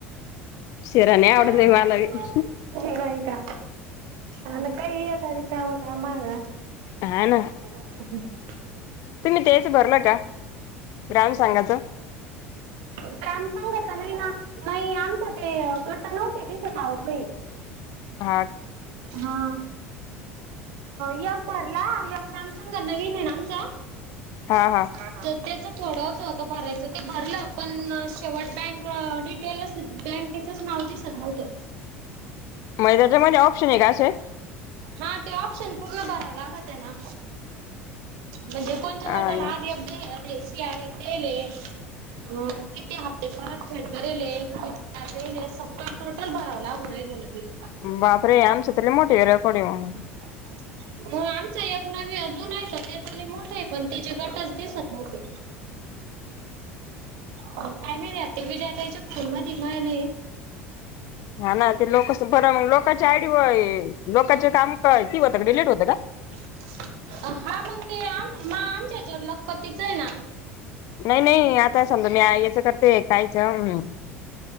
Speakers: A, on the left (about 45°); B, on the right (about 55°).
A: शिरा नाही
B: <unintelligible>
A: आवडत
B: नाही
A: बाई मला बी
B: का आन काय यता रिकामं काम माझं
A: हा ना
B: हॅलो <unintelligible>
A: तुम्ही तेहेच भरलं का? ग्रामसंघाचं
B: ग्रामसंघाच नाही ना नाही आमच ते गट नव्हते दिसत अहो कई
A: हा
B: हा यक भरला यक ग्रामसघांन नवीन ये आमचा
A: हा हा
B: <unintelligible> त्याच थोडं अस होत भरायचं ते भरलं पण शेवट बँक डिटेलच बँक त्याचच नाव दिसत नव्हतं
A: म्हणजे त्याच्यामध्ये ऑप्शन आहे का असे
B: हा ते ऑप्शन पूर्ण भराव लागत्यना म्हणजे कोणच्या
A: आणि
B: गटाला आर एफ जे आहे ना ते सी आर एफ देयेल हे अ किती हप्ते परतफेड करेल हे की <inaudible> हा देयेल हे सगळे टोटल भराव लागू राह्यलं ना ते
A: बापरे आमच तर लई मोठं ए रिकार्ड हे मंग
B: <inaudible> हो आमच एक नवी अजून आहे त ते त लई मोठ आहे पण त्याचे गटच दिसत नव्हते काय मही राते विजया ताईचे फोन मध्ये माहेने
A: हा ना ते लोकस बरं मग लोकची आयडी वये लोकचे काम काय की होतं का डिलीट होतं का
B: हा मंग ते आम म आमच्या याच्यावर लखपतीच आहे ना
A: नही, नही आता समजा मीया करते <unintelligible>